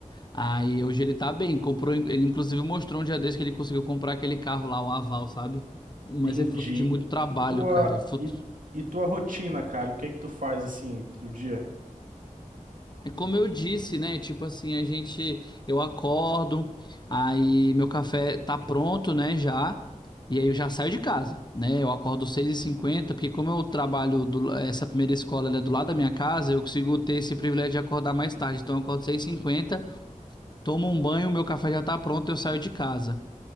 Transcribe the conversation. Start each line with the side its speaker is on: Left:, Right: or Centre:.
Left: Aí hoje ele tá bem, comprou, ele inclusive mostrou um dia desse que ele conseguiu comprar aquele carro lá, o Aval, sabe? Mas
Right: Entendi.
Left: é fruto de muito trabalho,
Right: E, e tua,
Left: cara, é fruto...
Right: e, e tua rotina, cara? O que é que tu faz assim do dia?
Left: É como eu disse, né? Tipo assim, a gente, eu acordo, aí meu café tá pronto, né, já, e aí eu já saio de casa, né? Eu acordo seis e cinquenta porque como eu trabalho, do, essa primeira escola ela é do lado da minha casa, eu consigo ter esse privilégio de acordar mais tarde, então eu acordo seis e cinquenta Tomo um banho, meu café já tá pronto, eu saio de casa.